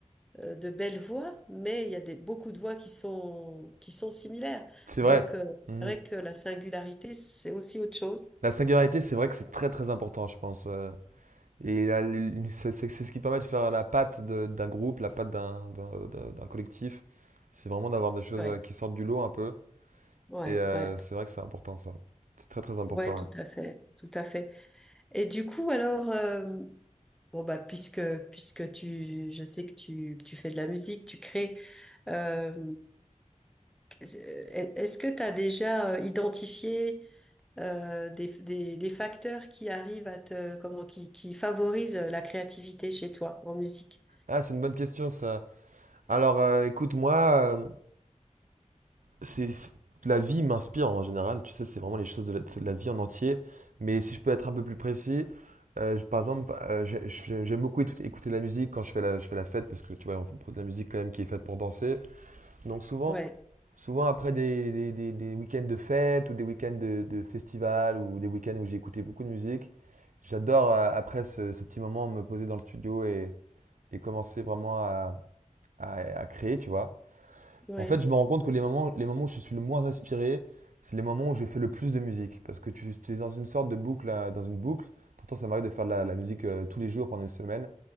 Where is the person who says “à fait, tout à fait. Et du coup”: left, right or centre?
Centre